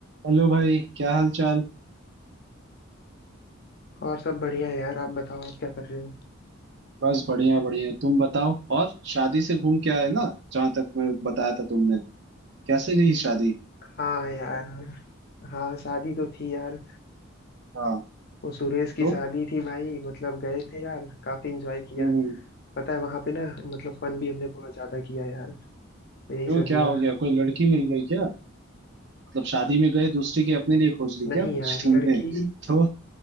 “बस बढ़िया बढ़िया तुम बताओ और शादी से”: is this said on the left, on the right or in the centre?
Right